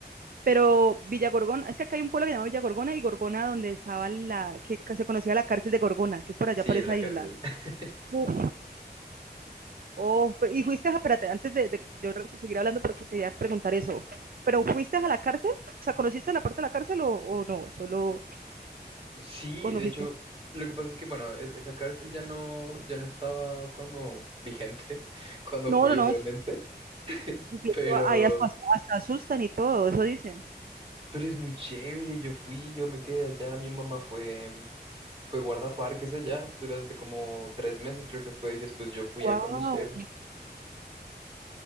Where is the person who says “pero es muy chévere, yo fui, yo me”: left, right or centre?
Right